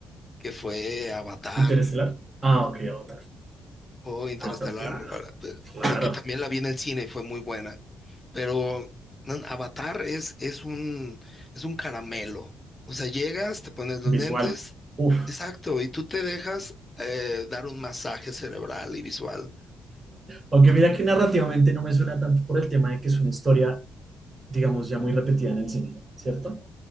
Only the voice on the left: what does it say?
que fue Avatar
o Interestelar.
ahora, eh,
Creo que también la vi en el cine y fue muy buena, pero no, Avatar es, es un, es un caramelo. O sea, llegas, te pones los
lentes,
exacto, y tú te dejas eh, dar un masaje cerebral y visual.